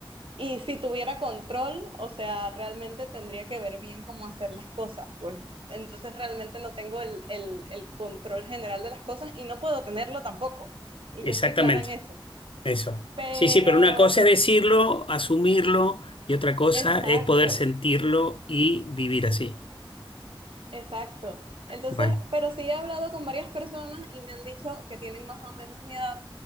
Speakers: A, on the right; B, on the left.
A: Y si tuviera control, o sea, realmente tendría que ver bien cómo hacer las cosas, pues. Entonces realmente no tengo el, el- el control general de las cosas y no puedo tenerlo tampoco. Y
B: Exactamente,
A: yo estoy clara en eso.
B: eso.
A: Pero,
B: Sí, sí, pero una cosa es decirlo, asumirlo, y otra cosa
A: exacto.
B: es poder sentirlo y vivir así.
A: Exacto. Entonces,
B: Bueno,
A: pero sí he hablado con varias personas y me han dicho que tienen más o menos mi edad